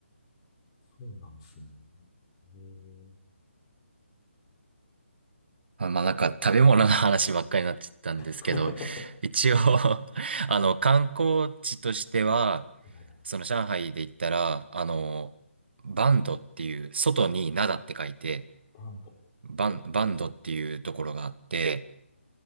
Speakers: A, on the left; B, on the right.
A: そうなんですね。へえ。
B: まあ、まあなんか食べ物の話ばっかりになっちゃったんですけど、
A: <laughs>
B: 一応 <laughs> あの、観光地としては、
A: いやいや、
B: その上海で言ったら、あの、バンドっていう、外に灘って書いて、
A: バンド。
B: バン、バンドっていうところがあって、